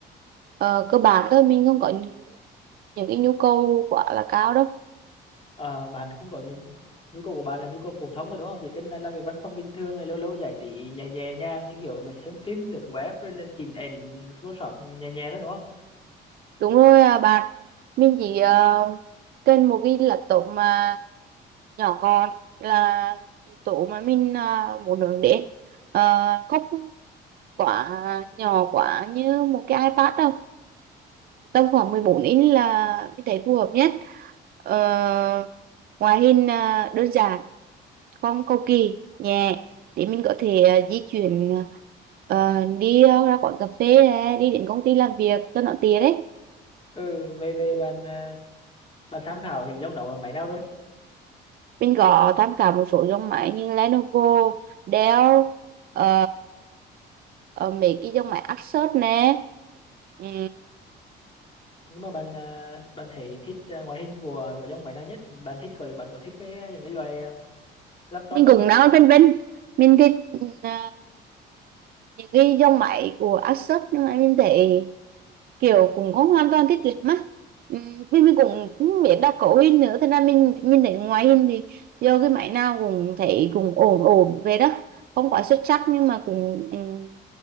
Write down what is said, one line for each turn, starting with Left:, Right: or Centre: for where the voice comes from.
Right: Ờ, cơ bản thôi mình không có những, những cái nhu cầu quá là cao đâu
Left: Ờ, bạn không có nhu, nhu cầu của bạn là nhu cầu phổ thông rồi đúng không? Chỉ cần là làm việc văn phòng bình thường này lâu lâu giải trí nhẹ nhẹ nhàng như kiểu mà xem phim lướt web rồi là chỉnh ảnh Photoshop nhẹ nhẹ thôi đúng không?
Right: Đúng rồi à, bạn mình chỉ ờ, cần một cái laptop mà nhỏ gọn là yếu tố mà mình ờ, muốn hướng đến Ờ, không quá nhỏ quá như một cái iPad đâu tầm khoảng 14 inch là mình thấy phù hợp nhất Ờ, ngoại hình ờ, đơn giản không cầu kỳ nhẹ để mình có thể ờ, di chuyển ờ, đi ờ, ra quán cà phê này, đi đến công ty làm việc cho nó tiện đấy
Left: Ừ, về về bạn à, bạn tham khảo những dòng đó máy nào rồi?
Right: mình có tham khảo một số dòng máy như Lenovo, Dell, ờ, ờ, mấy cái dòng máy Asus nè. Ừm,
Left: nhưng mà bạn à, bạn thấy thích à, ngoại hình của của dòng máy nào nhất bạn thích có bạn có thích cái à, những cái loại à, laptop
Right: mình
Left: đó
Right: cũng
Left: không?
Right: đang phân vân. Mình thích ờ, những cái dòng máy của Asus nhưng mà mình thấy kiểu cũng không hoàn toàn thích lịch mắt. Ừm, vì mình cũng không biết đọc cấu hình nữa, thế nên mình nhìn thấy ngoại hình thì do cái máy nào cũng thấy cũng ổn ổn về đó, không quá xuất sắc nhưng mà cũng ừm,